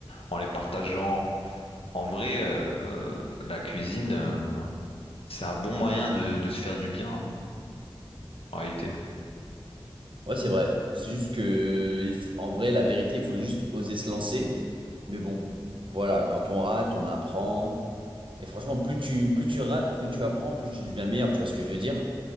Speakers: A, on the left; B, on the right.
A: en les partageant. En vrai, euh, la cuisine, euh, c'est un bon moyen de, de se faire du bien, en réalité.
B: Ouais, c'est vrai. C'est juste que, il faut- en vrai, la vérité, il faut juste oser se lancer. Mais bon, voilà, quand on rate, on apprend. Et franchement, plus tu, plus tu rates, plus tu apprends, plus tu deviens meilleur, tu vois ce que je veux dire?